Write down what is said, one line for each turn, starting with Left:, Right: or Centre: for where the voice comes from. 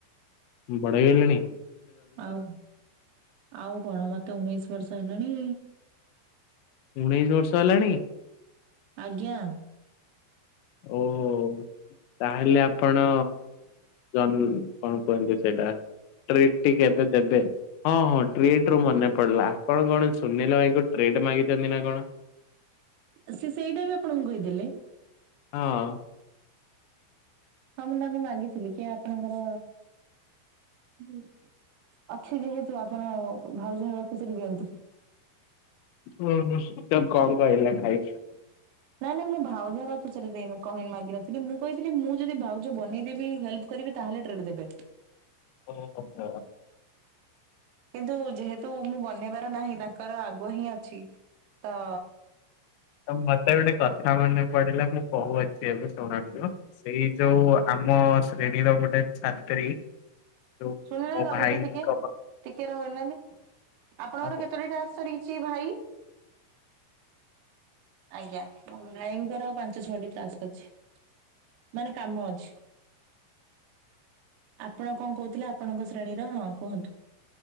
Left: ବଡ ହେଇ ଗଲେଣି?
Right: ଆଉ କଣ? ଆଉ କଣ ମୋତେ ଉଣେଇଶ ବର୍ଷ ହେଲାଣି।
Left: ଉଣେଇଶ ବର୍ଷ ହେଲାଣି?
Right: ଆଜ୍ଞା।
Left: ଓହୋ, ନା। ତାହେଲେ ଆପଣ ଜନ୍ କଣ କୁହନ୍ତି ସେଇଟା। ଟ୍ରିଟ୍ ଟି କେବେ ଦେବେ? ହଁ, ହଁ ଟ୍ରେଟ୍ ରୁ ମନେ ପଡିଲା ଆପଣ କଣ ସୁନୀଲ ଭାଇଙ୍କୁ ଟ୍ରେଟ୍ ମାଗିଚନ୍ତି ନା କଣ?
Right: ସେ ସେଇଟା ବି ଆପଣଙ୍କୁ କହିଦେଲେ।
Left: ହଁ।
Right: ହଁ ମୁଁ ତାଙ୍କୁ ମାଗିଥିଲି କିଏ ଆପଣଙ୍କର <unintelligible> ଅଛି ଯେହେତୁ ଆପଣ ଭାଉଜ ହେବା ଖୁସିରେ ଦିଅନ୍ତି।
Left: ନା ଅବଶ୍ୟ, ତ କଣ କହିଲା ଭାଇ?
Right: ନାଇଁ ନାଇଁ ମୋ ଭାଉଜ ର ଖୁସିରେ ଦେଇନୁ, କହି ମାଗିନଥିଲି ମୁଁ କହିଥିଲି ମୁଁ ଯଦି ଭାଉଜ ବନେଇଦେବି ହେଲ୍ପ କରିବି ତାହେଲେ ଟ୍ରିଟ୍ ଦେବେ।
Left: ଓ ହୋ, ହୋ।
Right: କିନ୍ତୁ ଯେହେତୁ ମୁଁ ବନେଇବାର ନାହିଁ ତାଙ୍କର ଆଗ ହିଁ ଅଛି। ତ
Left: ତ ମୋତେ ଗୋଟେ କଥା ମନେ ପଡିଲା, ମୁଁ କହୁଅଛି ଏବେ ଶୁଣନ୍ତୁ। ସେଇ ଯୋଉ ଆମ ଶ୍ରେଣୀର ଗୋଟେ ଛାତ୍ରୀ ଯୋଉ
Right: ଶୁଣିଲେ
Left: ମୋ
Right: ରହିଲେ
Left: ଭାଇଙ୍କ
Right: ଟିକେ, ଟିକେ ରହୁନାହାନ୍ତି, ଆପଣଙ୍କର
Left: ଓହୋ
Right: କେତୋଟି ଟାକ୍ସ ସରିିଚି ଭାଇ? ଆଜ୍ଞା ମୋ ଭାଇଙ୍କର ଆଉ ପାଞ୍ଚ ଛଅଟି ଟାସ୍କ ଅଛି। ମାନେ କାମ ଅଛି। ଆପଣ କଣ କହୁଥିଲେ ଆପଣଙ୍କ ଶ୍ରେଣୀର ହଁ କୁହନ୍ତୁ।